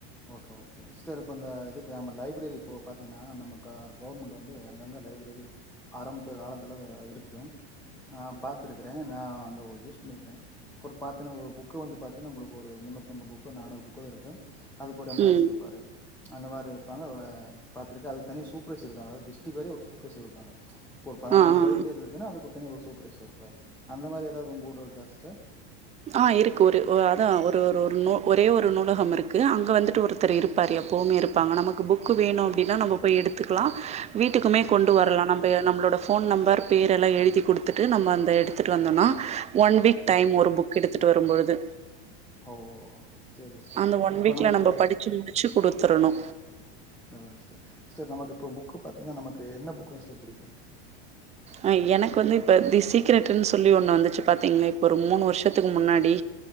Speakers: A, in the centre; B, on the right.
A: ஓகே ஓகே சிஸ்டர் இப்ப இந்த இதுக்கு நம்ம லைப்ரரி இப்ப பாத்தீங்னா நம்ம க கவுர்மெண்ட் வந்து அங்ககங்க லைப்ரரி ஆரம்பித்த காலத்துல அது இருக்கு ஆ பாத்துருக்கிறே நா அங்க யூஸ் பண்ணிருக்குறோ ஒரு பாத்தீனா ஒரு புக்கு வந்து பாத்தீன்னா உங்குளுக் ஒரு முன்னூத்தம்பு புக்கு நானூறு புக்காது இருக்கு அதுக்கொரு எம்ப்ளாய்ஸ்
B: ம்
A: இருப்பாரு அந்தமாரி இருப்பாங்க ஆ பாத்துருக்க அதுக்கு தனியா சூப்ரைசர் இருக்காங்க அதாது டிஸ்டிக் வரியா ஒரு சூப்பரைசர் இருப்பாங்க இப்ப ஒரு பதினஞ்சு
B: ஆ ஆ
A: லைப்ரரி இருக்குன்னா அதுக்கு ஒரு தனி ஒரு சூப்பர்வைசர் இருப்பாரு அந்தமாரி எதாது உங்க ஊருல இருக்கா சிஸ்டர்
B: ஆ இருக்கு ஒரு அதா ஒரு ஒரு ஒரு நு ஒரே ஒரு நூலகம் இருக் கு அங்க வந்துட்டு ஒருத்தரு இருப்பரு எப்போமே இருப்பாங்க நமக்கு புக்கு வேணு அப்டினா நம்ம போய் எடுத்துக்லா வீட்டுக்குமே
A: சேரி
B: கொண்டு
A: சேரி
B: வரலா நம்ப நம்மளோட ஃபோன் நம்பர் பேர் எல்லா எழுதி குடுத்துட்டு நம்ம அந்த எடுத்துட்டு வந்தோனா ஒன் வீக் டைம்
A: ஓகே
B: ஒரு புக் எடுத்துட்டு வரும்பொழுது
A: ஓ சேரி சிஸ்டர்
B: அந்த ஒன்
A: இப்போ
B: வீக்ல
A: நமக்கு
B: நம்ம படிச்சு முடி ச்சு குடுத்தரனு
A: அதா சிஸ்டர் சிஸ்டர் நமக்கு இப்போ புக்கு பாத்தீங்கனா நமக்கு என்ன புக்குங் சிஸ்டர் புடிக்கு
B: அ எனக்கு வந்து இப்ப தி சீக்ரட்டுன் சொல்லி ஒன்னு வந்துச்சு பாத்தீங்ளா இப்ப ஒரு மூணு வர்ஷ் இடத்துக்கு முன்னாடி